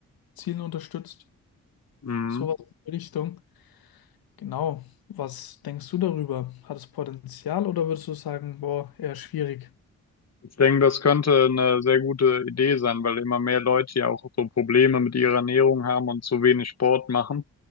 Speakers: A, on the left (about 70°); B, on the left (about 45°).
A: Zielen unterstützt.
B: Mhm.
A: Sowas in die Richtung. Genau. Was denkst du darüber? Hat es Potenzial oder würdest du sagen, boah, eher schwierig?
B: Ich denke, das könnte eine sehr gute Idee sein, weil immer mehr Leute ja auch so Probleme mit ihrer Ernährung haben und zu wenig Sport machen.